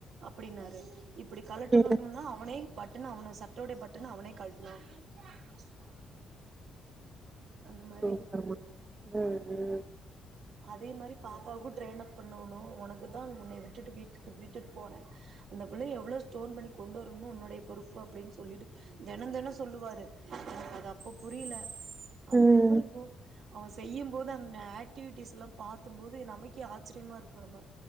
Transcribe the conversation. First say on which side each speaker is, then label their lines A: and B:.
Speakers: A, on the right; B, on the right.
A: அப்படின்னாரு இப் இப்படி கழட்டணும்ன்னா
B: ம்
A: அவனே பட்டன அவனு சட்டோடைய பட் டன் அவனே கழட்னா <unintelligible> அந்த மாரி
B: <unintelligible> ஹ ஹ
A: அதே மாதிரி பாப்பாவும் ட்ரெய்னாப் பண்ணனோ உனக்குதான் உன்னை விட்டுட்டு வீட்டு விட்டுட்டு போறேன் அந்த புள்ளைய எவ்லோ ஸ்டோன் பண்ணி கொண்டு வரும்னு உன்னுடைய பொறுப்பு அப்படின்னு சொல்லிட்டு தினம் தினம் சொல்லுவாரு எனக்கு அது அப்ப புரியல அதுக்கப்புறம்
B: ம்
A: இப்போ அவன் செய்யும்போது அங்க ஆட் அஃட்டிவிடீஸ் எல்லாம் பாதும்போது நமக்கே ஆச்சரியமா இருக்கு நம